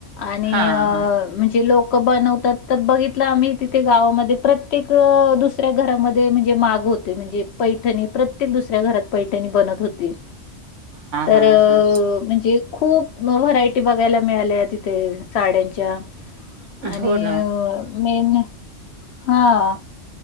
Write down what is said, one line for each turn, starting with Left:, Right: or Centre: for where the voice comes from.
Left: आणि
Right: हा
Left: म्हणजे
Right: हा
Left: लोक बनवत त्यात तर बघितल आम्ही तिथे गावामध्ये प्रत्येक दुसऱ्या घरामध्ये म्हणजे माग होते म्हणजे पैठणी प्रत्येक दुसऱ्या घरात पैठणी बनत होती. तर
Right: हा हा
Left: म्हणजे खूप मग व्हरायटी बघायला मिळाल्या तिथे साड्यांच्या
Right: हा
Left: आणि
Right: हो ना
Left: मेन हा